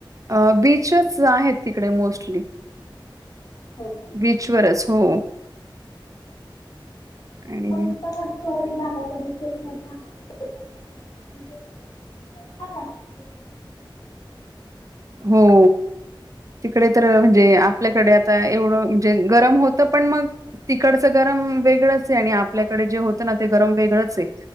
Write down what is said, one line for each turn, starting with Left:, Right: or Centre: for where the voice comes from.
Right: अ बीचच आहेत तिकडे मोस्टली
Left: हो का
Right: बीचवरच हो आणि
Left: पण शहरी भागात <unintelligible> अ छान लागत ते.
Right: हो तिकडे तर म्हणजे आपल्याकडे आता एवढं म्हणजे गरम होतं पण मग तिकडचं गरम वेगळंच आहे आणि आपल्याकडे जे होतं ना ते गरम वेगळंच आहे.